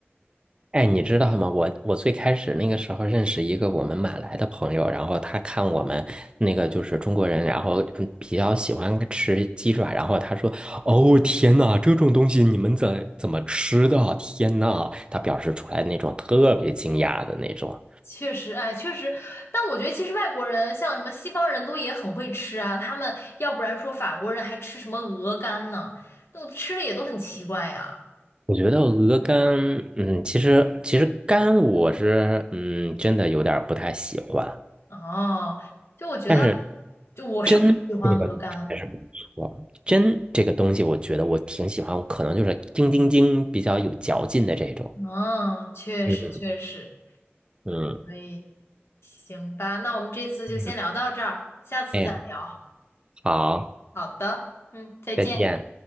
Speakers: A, on the right; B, on the left.
A: 哎，你知道吗？我我最开始那个时候认识一个我们马来的朋友，然后他看我们那个就是中国人，然后嗯比较喜欢吃鸡爪，然后他说：“哦，天呐，这种东西你们怎怎么吃的啊？天呐！”他表示出来那种特别惊讶的那种。
B: 确实，哎，确实，但我觉得其实外国人像什么西方人都也很会吃啊，他们要不然说法国人还吃什么鹅肝呢，那吃的也都很奇怪呀。
A: 我觉得鹅肝，嗯，其实其实肝我是嗯真的有点儿不太喜欢，
B: 哦，就我觉得，
A: 但是
B: 就我是不喜欢鹅肝。
A: 真这个还是不错，真这个东西我觉得我挺喜欢，我可能就是叮叮叮比较有嚼劲的这种。
B: 嗯，确实确实，
A: 嗯嗯
B: 所以行吧，那我们这次就先聊到这儿，
A: 嗯，
B: 下次再聊。
A: 哎呀，好，
B: 好的，嗯，再见。
A: 再见。